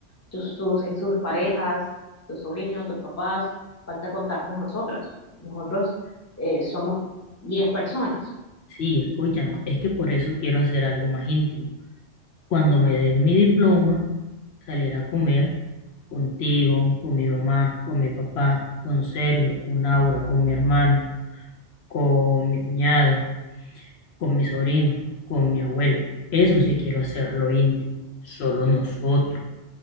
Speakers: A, on the left; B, on the left.
A: tus, tus, sus parejas, tus sobrinos, tus papás, falta contarnos nosotras. Nosotros eh, somos 10 personas.
B: Sí, escúchame, es que por eso quiero hacer algo más íntimo. Cuando me den mi diploma, salir a comer contigo, con mi mamá, con mi papá, con Sergio, con Aura, con mi hermano con mi cuñada, con mi sobrino, con mi abuela. Eso sí quiero hacerlo íntimo, solo nosotros.